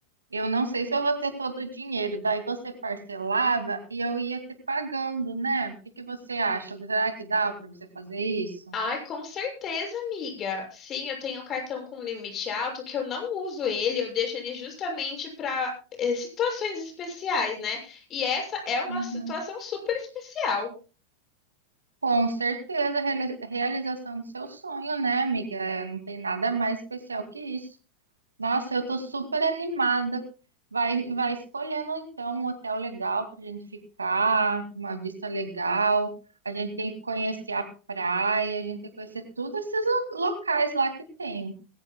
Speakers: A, on the right (about 75°); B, on the left (about 30°).
A: Eu não sei se eu vou ter todo o dinheiro. Daí você parcelava e eu ia ter pagando, né? O que que você acha? Será que dá para você fazer isso?
B: Ai, com certeza, amiga. Sim, eu tenho um cartão com limite alto que eu não uso ele, eu deixo ele justamente para situações especiais, né? E essa é uma
A: Uhum.
B: situação super especial.
A: Com certeza, reali- realização do seu sonho, né, amiga? É, não tem nada mais especial que isso. Nossa, eu tô super animada. Vai, vai escolhendo então um hotel legal pra gente ficar, com uma vista legal. A gente tem que conhecer a praia, a gente tem que conhecer todos esses lo- locais lá que tem.